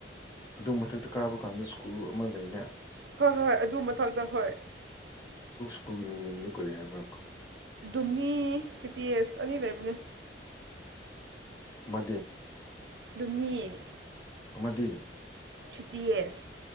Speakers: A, on the left; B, on the right.
A: ꯑꯗꯨ ꯃꯊꯛꯇ ꯀꯥꯕ ꯀꯥꯟꯗ ꯁ꯭ꯀꯨꯜ ꯑꯃ ꯂꯩꯅ
B: ꯍꯣꯏ ꯍꯣꯏ ꯍꯣꯏ ꯑꯗꯨ ꯃꯊꯛꯇꯪ ꯍꯣꯏ
A: ꯑꯗꯨꯒꯤ ꯃꯤꯃꯤꯡꯅ ꯀꯨꯔꯤ ꯍꯥꯏꯕ
B: ꯙꯝꯅꯤ ꯁꯤꯇꯦꯁ ꯑꯅꯤ ꯂꯩꯕꯅꯦ
A: ꯃ
B: ꯑꯗꯨꯨꯝꯅꯤ
A: ꯑꯃꯗꯤ
B: ꯁꯤꯇꯤ ꯑꯦꯁ